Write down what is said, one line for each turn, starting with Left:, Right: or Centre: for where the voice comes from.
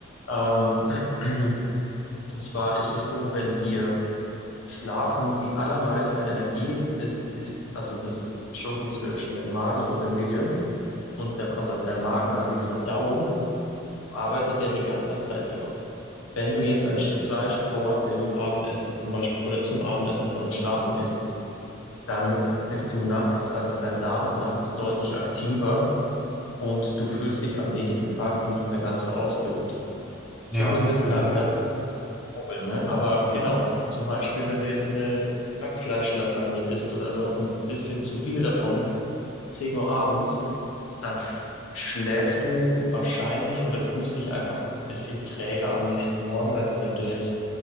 Left: Ähm, <clears throat> und zwar ist es so, wenn wir schlafen, die allermeiste Energie ist, ist also bis verschoben zwischen dem Magen und dem Gehirn. Und der, also der Magen, also die Verdauung, arbeitet ja die ganze Zeit durch. Wenn du jetzt ein Stück Fleisch vor dem Abendessen zum Beispiel oder zum Abendessen vor dem Schlafen isst, dann bist du nachts, also ist dein Darm nachts deutlich aktiver und du fühlst dich am nächsten Tag nicht mehr ganz so ausgeruht.
Centre: Ja,
Left: Zumindest
Centre: das kenne
Left: sagt
Centre: ich auch.
Left: das Google, ne? Aber genau, zum Beispiel, wenn du jetzt eine Hackfleischlasagne isst oder so und ein bisschen zu viel davon, 10 Uhr abends, dann f- schläfst du wahrscheinlich oder fühlst dich einfach ein bisschen träger am nächsten Morgen, als wenn du jetzt